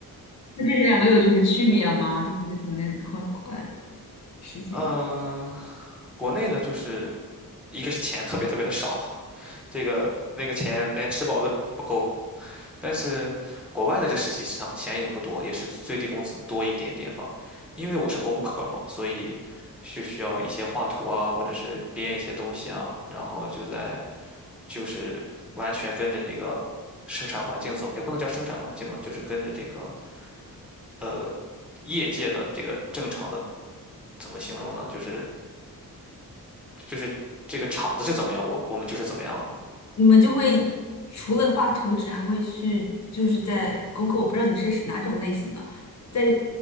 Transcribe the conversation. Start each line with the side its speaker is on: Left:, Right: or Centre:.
Left: 那这是两个有什么区别吗？就是在国内和国外实习的，
Centre: 嗯，国内的就是一个是钱特别特别的少，<laughs> 这个那个钱连吃饱都不够。但是国外的这个实习市场钱也不多，也是最低工资多一点点吧。因为我是工科嘛，所以就需要一些画图啊，或者是编一些东西啊，然后就在就是完全跟着那个生产环境走，也不能叫生产环境吧，就是跟着这个呃，业界的这个正常的怎么形容呢？就是就是这个厂子是怎么样，我我们就是怎么样的。
Left: 你们就会除了画图纸，还会去就是在功课，我不知道你是哪种类型的，在